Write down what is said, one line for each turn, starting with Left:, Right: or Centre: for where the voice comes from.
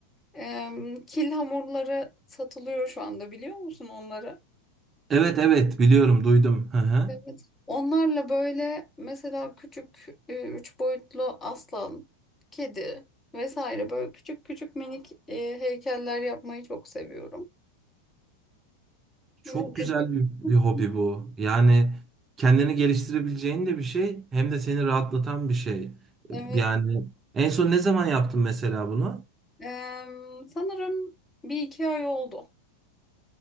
Left: Eee, kil hamurları satılıyor şu anda biliyor musun onları?
Right: Evet evet biliyorum duydum. Hı hı.
Left: Evet. Onlarla böyle mesela küçük e, üç boyutlu aslan, kedi vesaire böyle küçük küçük minik e, heykeller yapmayı çok seviyorum. Yine
Right: Çok güzel
Left: dediğim
Right: bir,
Left: <laughs>
Right: bir hobi bu. Yani kendini geliştirebileceğin de bir şey hem de seni rahatlatan bir şey.
Left: Evet.
Right: Yani en son ne zaman yaptın mesela bunu?
Left: Eee, sanırım bir iki ay oldu.